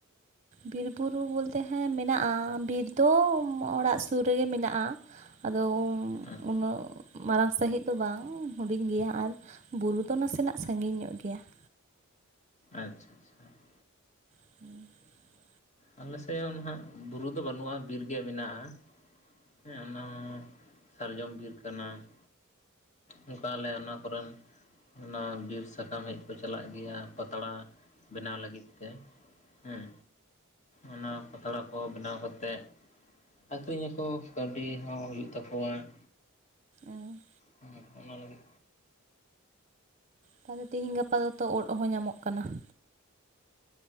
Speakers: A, on the right; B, on the left.
A: ᱵᱤᱨ ᱵᱩᱨᱩ ᱵᱚᱞᱛᱮ ᱦᱮᱸ ᱢᱮᱱᱟᱜᱼᱟ, ᱵᱤᱨ ᱫᱚ ᱚᱲᱟᱜ ᱥᱩᱨ ᱨᱮᱜᱮ ᱢᱮᱱᱟᱜᱼᱟ ᱾ ᱟᱫᱚ
B: ᱟᱪ
A: ᱩᱱᱟᱹᱜ ᱢᱟᱨᱟᱝ ᱥᱟᱺᱦᱤᱡ ᱫᱚ ᱵᱟᱝ, ᱦᱩᱰᱤᱧ ᱜᱮᱭᱟ ᱟᱨ ᱵᱩᱨᱩ ᱫᱚ ᱱᱟᱥᱮᱱᱟᱜ ᱥᱟᱺᱜᱤᱧ ᱧᱚᱜ ᱜᱮᱭᱟ ᱾
B: ᱟᱪᱪᱷᱟ, ᱟᱪᱪᱷᱟ ᱦᱮᱸ ᱾
A: <inaudible>
B: ᱟᱞᱮᱥᱮᱫ ᱦᱚᱸ ᱱᱟᱦᱟᱜ ᱵᱩᱨᱩ ᱫᱚ ᱵᱟᱹᱱᱩᱜᱼᱟ, ᱵᱤᱨ ᱜᱮ ᱢᱮᱱᱟᱜᱼᱟ ᱾ ᱦᱮᱸ ᱚᱱᱟ ᱦᱚᱸ ᱥᱟᱨᱡᱚᱢ ᱵᱤᱨ ᱠᱟᱱᱟ ᱾ ᱚᱱᱠᱟ ᱟᱞᱮ ᱚᱱᱟ ᱠᱚᱨᱮᱱ ᱚᱱᱟ ᱵᱤᱨ ᱥᱟᱠᱟᱢ ᱦᱮᱡ ᱠᱚ ᱪᱟᱞᱟᱜ ᱜᱮᱭᱟ, ᱯᱟᱛᱲᱟ ᱵᱮᱱᱟᱣ ᱞᱟᱹᱜᱤᱫ ᱛᱮ ᱾ ᱦᱮᱸ᱾ ᱚᱱᱟ ᱯᱟᱛᱲᱟ ᱠᱚ ᱵᱮᱱᱟᱣ ᱠᱟᱛᱮᱫ ᱟᱹᱠᱷᱨᱤᱧ ᱟᱠᱚ ᱠᱟᱹᱣᱰᱤ ᱦᱚᱸ ᱦᱩᱭᱩᱜ ᱛᱟᱠᱚᱣᱟ ᱾
A: ᱦᱮᱸ ᱾
B: ᱦᱮᱸ ᱚᱱᱟ ᱞᱟᱹᱜᱤᱫ
A: ᱛᱟᱦᱚᱞᱮ ᱛᱮᱦᱮᱧ ᱜᱟᱯᱟ ᱫᱚᱛᱚ ᱩᱫᱽ ᱦᱚᱸ ᱧᱟᱢᱚᱜ ᱠᱟᱱᱟ ᱾